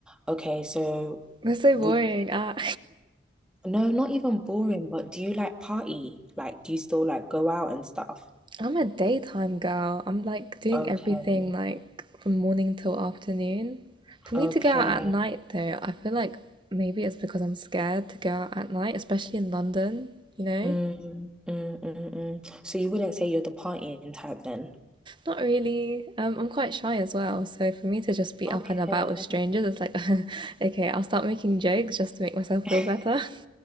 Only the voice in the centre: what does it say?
okay, so
would
you,
no, not even boring, but do you like party? Like, do you still like go out and stuff?
Okay.
Okay.
Mm, mm, mm, mm. So you wouldn't say you're the partying type then?
Okay.
<laughs>